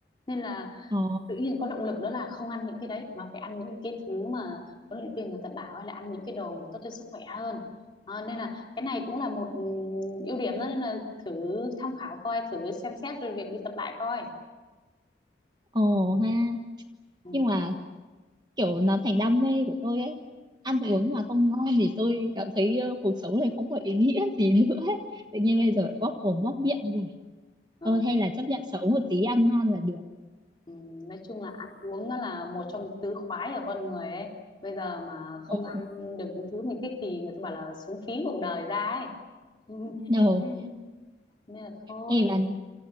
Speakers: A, on the left; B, on the right.
A: nên là
B: ồ
A: tự nhiên có động lực đó là không ăn những cái đấy mà phải ăn những cái thứ mà huấn luyện viên người ta bảo hay là ăn những cái đồ mà tốt cho sức khỏe hơn Ờ, nên là cái này cũng là một ừm, ưu điểm đó nên là thử tham khảo coi thử xem xét rồi việc đi tập lại coi
B: ồ ha
A: ừ.
B: nhưng mà kiểu nó thành đam mê của tôi ấy ăn uống mà không ngon thì tôi cảm thấy ờ, cuộc sống này không có ý nghĩa gì nữa ấy. tự nhiên bây giờ lại bóp mồm bóp miệng
A: ờ,
B: Thôi hay là chấp nhận xấu một tí ăn ngon là được.
A: ừm, nói chung là ăn uống nó là một trong tứ khoái của con người ấy bây giờ mà không
B: Ồ.
A: ăn được những thứ mình thích thì người ta bảo là sống phí cuộc đời ra ấy Ừ,
B: No,
A: nên nên là thôi
B: em bạn